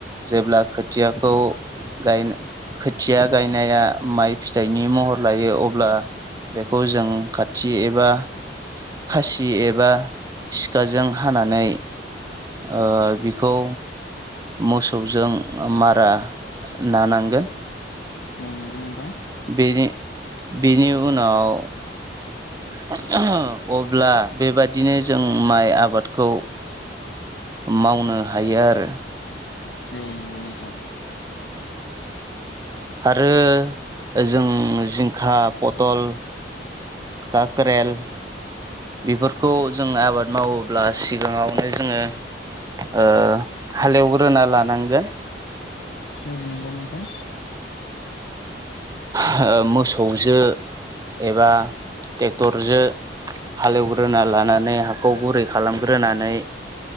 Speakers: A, on the right; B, on the left.
A: जेब्ला खोथियाखौ गायनो खोथिया गायनाया माइ फिथाइनि म हर लायो अब्ला बेखौ जों खाथि एबा खासि एबा सिखाजों हानानै ओ बिखौ मोसौजों ओ मारा नानांगोन
B: औ नोंगौ नोंतां
A: बेनि बेनि उनाव <unintelligible> अब्ला बेबादिनो जों माइ आबादखौ मावनो हायो आरो
B: औ नंगौ नोंथां।
A: आरो जों जिंखा, पतल काक्रेल बेफोरखौ जों आबाद मावोब्ला सिगाङावनो जोङो ओ हालेवग्रोना लानांगोन
B: उम नंगौ नोंथां।
A: होओ मोसौजो एबा ट्रेक्टरजो हालेवग्रोना लानानै हाखौ गुरै खालामग्रोनानै